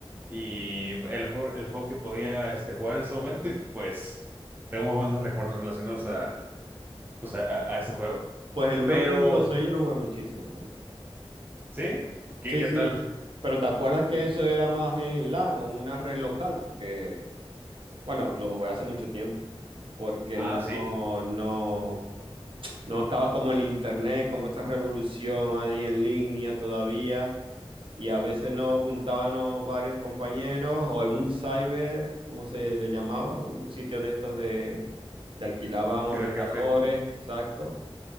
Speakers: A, on the right; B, on the right.
A: y el, jue- el juego que podía este, jugar en ese momento y pues tengo muy buenos recuerdos relacionados a, pues, a a- a ese juego.
B: Pues el uno
A: Pero,
B: punto seis yo lo jugué muchísimo también.
A: ¿sí? ¿Qué,
B: Sí,
A: qué
B: sí,
A: tal?
B: pero ¿te acuerdas que eso era más en LAN o una red local? Porque Bueno, lo jugué hace mucho tiempo, porque
A: Ah,
B: no,
A: sí,
B: no, no estaba como el internet, como esa revolución ahí en línea todavía, y a veces nos juntábamos varios compañeros o en un cyber, como se le llamaba, un sitio de estos de, de alquilaban ordenadores,
A: cibercafé.
B: exacto,